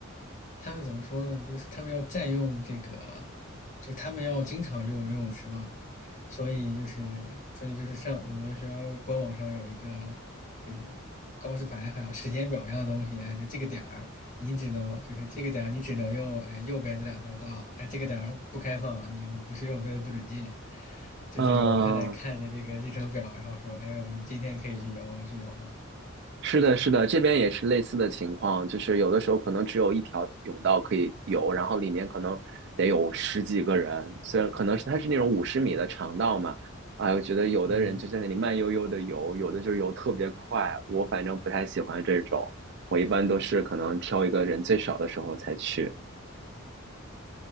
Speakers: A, on the left; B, on the right.
A: 他们怎么说呢？就是他们要占用这个，就他们要经常用游泳池嘛，所以就是所以就是上我们学校官网上有一个这种告示牌，还有时间表一样的东西，哎，就这个点儿你只能就是这个点儿你只能用哎右边这两条道，哎这个点儿不开放，你们不是游泳队的不准进。就这种，
B: 嗯，
A: 我还得看着这个日程表，然后说，哎，我们今天可以去游，我们去游吧。
B: 是的，是的，这边也是类似的情况，就是有的时候可能只有一条甬道可以游，然后里面可能得有十几个人，虽然可能是它是那种五十米的长道嘛，哎，我觉得有的人就在那里慢悠悠的游，
A: 嗯，
B: 有的就游特别快，我反正不太喜欢这种，我一般都是可能挑一个人最少的时候才去。